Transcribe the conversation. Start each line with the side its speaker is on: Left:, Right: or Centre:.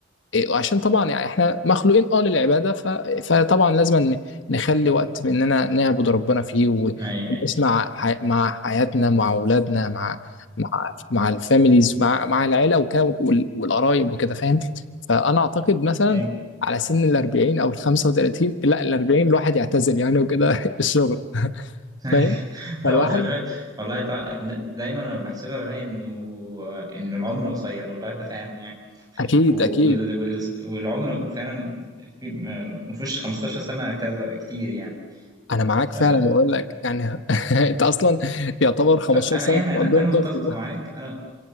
Left: إيه، وعشان طبعا يعني احنا مخلوقين اه للعباده ف... فطبعا لازم ن- نخلي وقت مننا نعبد ربنا فيه و-
Right: اي
Left: ونسمع
Right: اي
Left: حي... مع حياتنا مع اولادنا مع مع مع الفاميليز مع مع العيله وكده وال- والقرايب وكده فاهم فانا اعتقد مثلا
Right: اي
Left: على سن ال 40 او ال 35 لا ال 40 الواحد يعتزل يعني وكده <laughs> الشغل
Right: أي.
Left: فاهم فالواحد
Right: <laughs> هو خلي بالك والله تع- دايما لما بحسبها بلاقي انه انه العمر قصير والله ده فعلا
Left: اكيد
Right: و-
Left: اكيد
Right: وال... وال... والعمر فعلا في ما ما فيهوش 15 سنة كذا كتير يعني
Left: انا معاك
Right: ف...
Left: فعلا بقول لك يعني <laughs> انت اصلا يعتبر 15
Right: فأنا
Left: سنه
Right: يعني
Left: بتبقى
Right: أنا
Left: قدام
Right: أنا
Left: طفل
Right: متفق معاك أنا